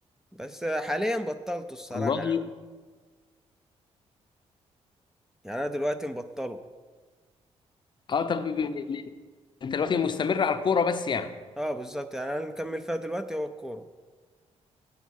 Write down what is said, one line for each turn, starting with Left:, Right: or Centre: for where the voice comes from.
Centre: بس حاليا بطلته الصراحة
Left: والله
Centre: يعني يعني انا دلوقتي مبطله
Left: أه طب ب... ب... ب- أنت دلوقتي مستمر على الكورة بس يعني
Centre: اه بالظبط يعني انا اللي مكمل فيها دلوقتي هو الكورة